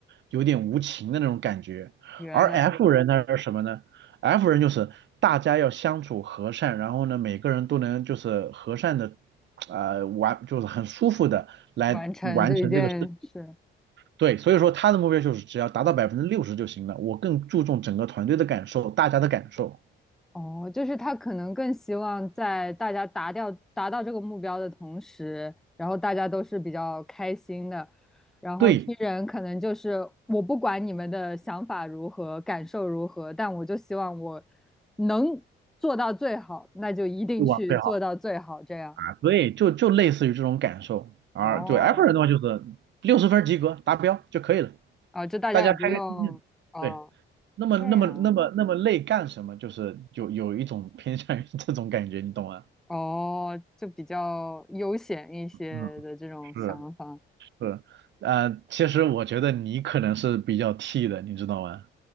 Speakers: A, on the right; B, in the centre.
A: 有点无情的那种感觉。
B: 原来如此，
A: 而 F 人他是什么呢？F 人就是大家要相处和善，然后呢，每个人都能就是和善的，呃，完就是很舒服的来完成这个事。
B: 完成这一件事。
A: 对，所以说他的目标就是只要达到百分之六十就行了。我更注重整个团队的感受，大家的感受，
B: 哦，就是他可能更希望在大家达掉达到这个目标的同时，然后大家都是比较开心的。然后听人可能就是我不管你们的想法如何，
A: 对，
B: 感受如何，但我就希望我能做到最好，那就一定去做到最好，
A: 就往最好
B: 这样。
A: 啊，对，就就类似于这种感受。而对
B: 哦，
A: F 人的话就是六十分及格达标就可以了，
B: 啊，这大家也不用哦，
A: 大家开开心心的。对，那么那么那么那么累干什么？
B: 这样。
A: 就是有有一种偏 <laughs> 向于这种感觉，你懂吗？
B: 哦，就比较悠闲一些的这种想法。
A: 嗯。是是，呃，其实我觉得你可能是比较 T 的，你知道吗？